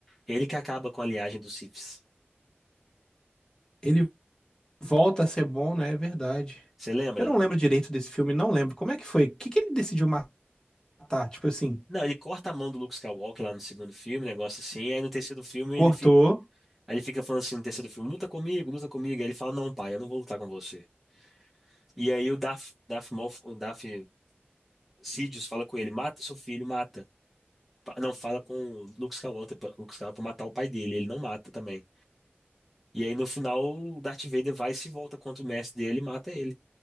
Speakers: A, in the centre; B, on the left.
A: Ele que acaba com a linhagem dos Siths.
B: Ele volta a ser bom, né? É verdade.
A: Você lembra?
B: Eu não lembro direito desse filme, não lembro. Como é que foi? O que que ele decidiu matar? Tipo assim,
A: Não, ele corta a mão do Luke Skywalker lá no segundo filme, um negócio assim. Aí no terceiro filme
B: cortou.
A: ele, fi... aí ele fica falando assim no terceiro filme, luta comigo, luta comigo. Aí ele fala, não, pai, eu não vou lutar com você. E aí o Darth, Darth Maul, o Darth Sidious fala com ele, mata seu filho, mata. Pa- Não, fala com o Luke Skywalker, pra- Luke Skywalker pra matar o pai dele, ele não mata também. E aí no final o Darth Vader vai e se volta contra o mestre dele e mata ele.